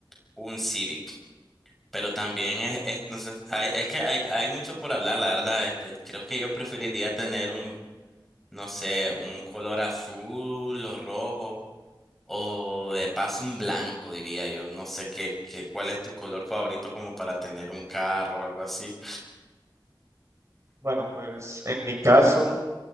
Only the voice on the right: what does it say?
Bueno, pues en mi caso,